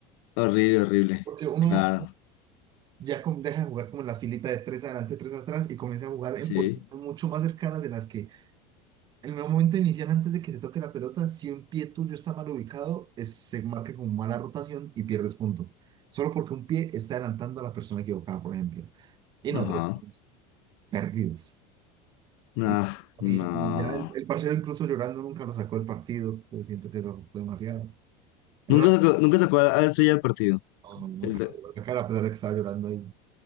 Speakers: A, on the left; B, on the right.
A: Horrible, horrible.
B: porque uno
A: Claro,
B: ya com- deja de jugar como en la filita de tres adelante, tres atrás, y comienza a jugar
A: sí.
B: en posiciones mucho más cercanas de las que En el momento inicial, antes de que se toque la pelota, si un pie tuyo está mal ubicado, es, se marca como mala rotación y pierdes punto. Solo porque un pie está adelantando a la persona equivocada, por ejemplo. Y nosotros
A: Ajá.
B: estamos perdidos.
A: No,
B: Y,
A: no.
B: y- y ya el, el parcero, incluso llorando, nunca lo sacó del partido. Pero siento que eso fue demasiado. Era-
A: Nunca sacó, nunca sacó a a eso ya el partido.
B: no, no, nunca
A: El de-
B: lo sacó la cara, a pesar de que estaba llorando ahí.